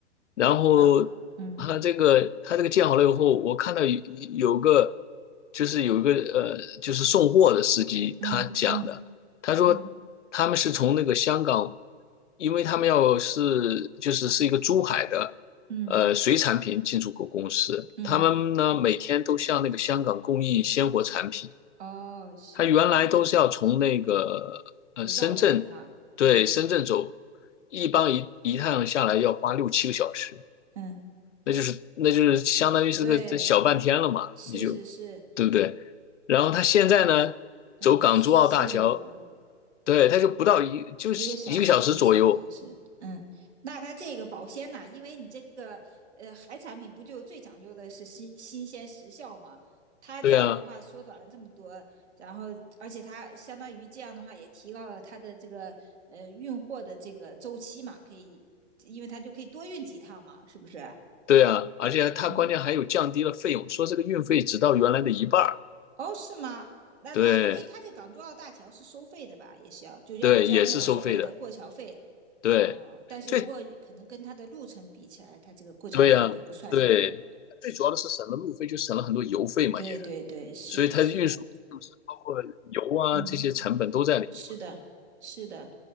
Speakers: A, on the left (about 75°); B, on the right (about 65°).
A: 然后
B: 然后，嗯
A: 他这个他这个建好了以后，我看到有有个就是有一个呃就是送货的司机他讲的，
B: 嗯嗯
A: 他说他们是从那个香港，
B: 嗯
A: 因为他们要是就是是一个珠海的
B: 嗯
A: 呃水产品进出口公司，
B: 嗯，
A: 他们呢每天都向那个香港供应鲜活产品，
B: 哦，是，
A: 他原来都是要从那个呃深圳对深圳走。
B: 就绕远了。嗯
A: 一般一一趟下来要花六七个小时，
B: 嗯，
A: 那就是那就是相当于是个这小半天了嘛，
B: 对，是是是，
A: 你就对不对？然后他现在呢，
B: 嗯，
A: 走港珠澳大桥，
B: 四十多
A: 对，他就不到一就是一个小时左右，
B: 一个小时估计要是，嗯，那它这个保鲜呐、啊因为你这个呃海产品不就最讲究的是新新鲜时效嘛？它这样的话缩短了这么多，
A: 对啊，
B: 然后而且它相当于这样的话也提高了它的这个呃运货的这个周期嘛，可以，因为它就可以多运几趟嘛，是不是？
A: 对啊，而且他关键还有降低了费用，
B: 嗯，
A: 说这个运费只到原来的一半儿，
B: 哦，是吗？那他，
A: 对
B: 诶，他这港珠澳大桥是收费的吧？也是要就要交那种所谓的过桥费，
A: 对，也是收费的，对，
B: 哦，但是不过可能跟他的路程比起来，
A: 最
B: 他这个过桥费也就不算什么了。
A: 对呀、对，最主要的是省了路费，就省了很多油费嘛也，
B: 对对对，是的，
A: 所以它运输费用是包括油啊这些成本都在里面嘛，
B: 是的，嗯。是的，是的。